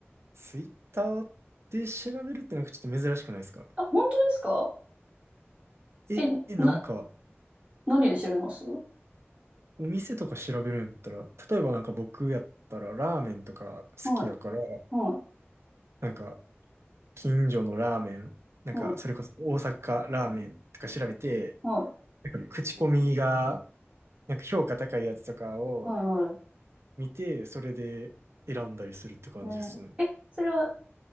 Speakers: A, on the right; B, on the right.
A: ツイッターで調べるってなんかちょっと珍しくないですか
B: あ、本当ですか
A: え、
B: え、
A: えなんか、
B: な、何で調べますは
A: お店とか調べるんやったら、例えばなんか僕やったらラーメンとか好きやから、
B: い、はい、
A: なんか近所のラーメン、なんか、
B: うん、
A: それこそ大阪ラーメンとか調べて、
B: はい、
A: なんか口コミが、なんか評価高いやつとかを
B: はい、はい。
A: 見て、それで選んだりするって感じですね。
B: えーえ、それは